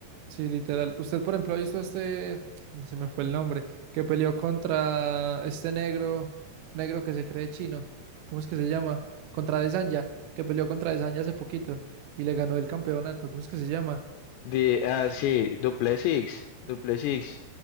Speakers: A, on the right; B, on the left.
A: Sí, literal. Usted, por ejemplo, ha visto este, se me fue el nombre, que peleó contra este negro, negro que se cree chino. ¿Cómo es que se llama? Contra Desanya, que peleó contra Desanya hace poquito y le ganó el campeonato. ¿Cómo es que se llama?
B: de ah, sí, Duplessis, Duplessis,